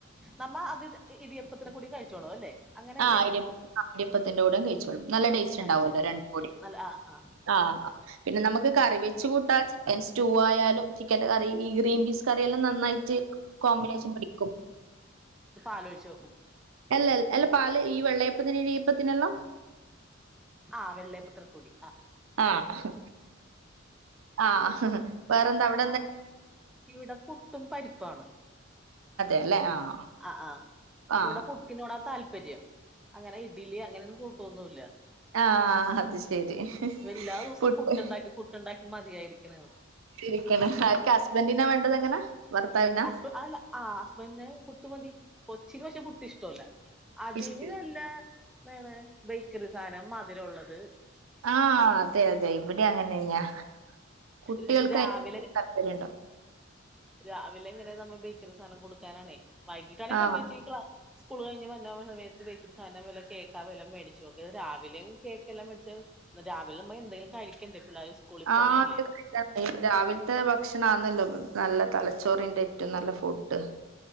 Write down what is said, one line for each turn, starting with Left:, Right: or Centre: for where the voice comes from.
Centre: നമ്മ അത് ഇടിയപ്പത്തിന് കൂ‌ടി കഴി ച്ചോളും അല്ലേ അങ്ങനെയല്ലേ
Right: ആഹ് ഇടിയപ്പ ഇടിയപ്പത്തിന്റെ കൂടം കഴിച്ചോളും നല്ല ടേസ്റ്റ്
Centre: കഴിച്ചോളൂ
Right: ഇണ്ടാവല്ലോ രണ്ടും കൂടി
Centre: നല്ല ആ ആ
Right: ആഹ് പിന്നെ നമുക്ക് കറി വെച്ച് കൂട്ടാച്ച് ചിക്കൻ സ്റ്റൂ ആയാലും ചിക്കന്റെ കറി ഇ ഗ്രീൻ പീസ് കറിയെല്ലാം നന്നായിട്ട് റ്റ് കോമ്പിനേഷൻ പഠിക്കും
Centre: ആലോച്ചു
Right: അല്ല അല്ല പാല് ഈ വെള്ളയപ്പത്തിന് ഇഴയപ്പത്തിനല്ലാം
Centre: ആ വെള്ളയപ്പത്രൽ കൂടി
Right: ആഹ ആ ഹഹ് വേറെന്തവിടെ
Centre: ആ ഇവിടെ പുട്ടും പരിപ്പാണ്
Right: അല്ലേ ആ
Centre: ആ ആ്
Right: ആ
Centre: ഇവിടെ പുട്ടിനോടാ താല്പര്യം അങ്ങനെ ഇഡലി അങ്ങനെ ഒന്നും തോന്നൂല്ല
Right: ആഹ അത് ശരി
Centre: ഇവ എല്ലാ ദിവസവും
Right: പുട്ട്
Centre: പുട്ടുണ്ടാക്കി പുട്ടുണ്ടാക്കി മതിയായിരിക്കണ്
Right: രിക്ക ആർക്ക് ഹസ്ബൻറിനാ വേണ്ടത് എങ്ങനാ വർത്താവിനാ
Centre: ഹസ്ബ അല്ല ആ ഹസ്ബൻഡിന് പുട്ട് മതി കൊച്ചിന് പക്ഷേ പുട്ടിഷ്ടമല്ല അതിന്
Right: ഇഷ്ട
Centre: നല്ല എന്താണ് ബേക്കറി സാധനം ഇതിലുള്ളത്
Right: ആഹ അതെ അതെ ഇവിടെ അങ്ങനെന്നെയാ കുട്ടികൾക്ക്
Centre: പക്ഷെ രാവിലെ
Right: ആയിരിക്കും താല്പര്യവുണ്ടാകുക
Centre: രാവിലെ എങ്ങനെ നമ്മ ബേക്കറി സാധനം കൊടുക്കാനാണേ വൈകിട്ടാണേ
Right: ആഹ്
Centre: സമ്മയച്ച് ഈ ക്ലാസ് സ്കൂൾ കഴിഞ്ഞ് വന്ന സമയത്ത് ബേക്കറി സാധനം വല്ല കേക്കാ വല്ലാം മേടിച്ചുോക്കെ രാവിലും കേക്കെല്ലാം മേടച്ച് രാവിലെ നമ്മ എന്തെങ്കിലും കഴിക്കണ്ടേ പിള്ളേർ സ്കൂളിൽ
Right: ആഹ
Centre: പോണല്ലേ
Right: <unintelligible> രാവിലത്തെ ഭക്ഷണ ആന്നല്ലോ നല്ല തലച്ച ച്ചോറിന്റെ ഏറ്റവും നല്ല ഫുഡ്